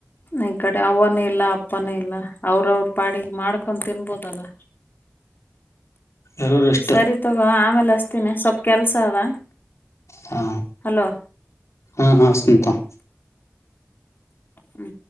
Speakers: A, on the left; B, on the left.
A: ಈ ಈ ಕಡೆ ಅವನ ಎಲ್ಲ ಪ್ಪನ ಇಲ್ಲ ಅವ್ರ ಅವರು ಪಾಡಿಗೆ ಮಾಡ್ಕ ತಿನ್ಬೋದಲ್ಲ
B: ಇರೋರಿಷ್ಟ
A: ಸರಿ ತಗೋ ಆಮೇಲೆ ಅಸ್ತೀನಿ ಸ್ವಲ್ಪ್ ಕೆಲ್ಸ ಅದ
B: ಹಾ
A: ಹಲೋ
B: ಹಾ ಹಾ ವಸ್ ತ
A: ಹ್ಮ್